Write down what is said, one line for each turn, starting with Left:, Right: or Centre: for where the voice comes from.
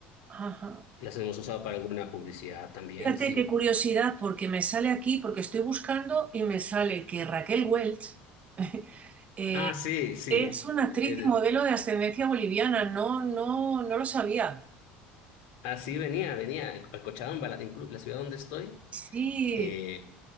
Right: Ajá.
Left: Las hemos usado para alguna publicidad también,
Right: Fíjate
Left: sí.
Right: qué curiosidad, porque me sale aquí, porque estoy buscando y me sale que Raquel Welch <laughs> eh,
Left: Ah, sí, sí.
Right: es una actriz
Left: El-
Right: y modelo de ascendencia boliviana. No, no, no lo sabía.
Left: así venía, venía a Cochabamba, la, inclu- la ciudad donde estoy.
Right: Sí,
Left: eh,